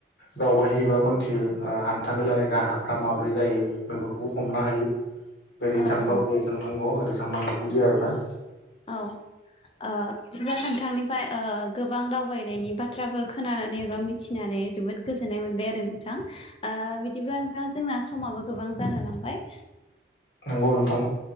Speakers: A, on the left (about 70°); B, on the left (about 30°).
A: दावबायहैबा मोनथियो ओ‌ हान्था मेलानि राहाफ्रा माब्रै जायो बेफोर खौ हमनो हायो बोरै
B: औ
A: थांबा
B: औ
A: बबेजों
B: औ ओ बिदिब्ला नोंथांनिफ्राय ओ गोबां दावबायनायनि बाथ्राफोर खोनानानै एबा मिथिनानै जोबोद गोजोननाय मोनबाय आरो नोंथां। ओ बिदिब्ला नोंथां जोंना समाबो गोबां जाहोलांबाय
A: नोंगौ नोंथां।